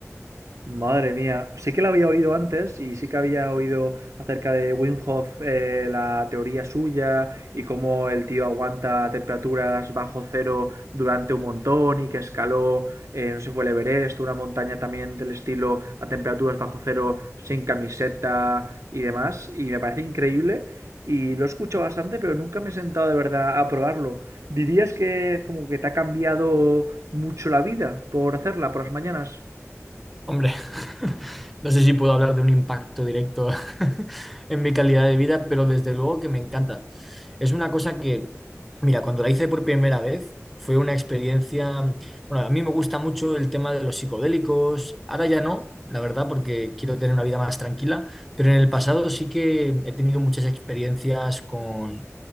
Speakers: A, on the right; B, in the centre.
A: Madre mía, sí que la había oído antes y sí que había oído acerca de Wim Hof, eh, la teoría suya y cómo el tío aguanta temperaturas bajo cero durante un montón y que escaló, eh, no sé si fue el Everest, una montaña también del estilo a temperaturas bajo cero sin camiseta y demás. Y me parece increíble y lo he escuchado bastante, pero nunca me he sentado de verdad a probarlo. ¿Dirías que como que te ha cambiado mucho la vida por hacerla por las mañanas?
B: Hombre, <laughs> no sé si puedo hablar de un impacto directo <laughs> en mi calidad de vida, pero desde luego que me encanta. Es una cosa que, mira, cuando la hice por primera vez, fue una experiencia, bueno, a mí me gusta mucho el tema de los psicodélicos, ahora ya no, la verdad, porque quiero tener una vida más tranquila, pero en el pasado sí que he tenido muchas experiencias con,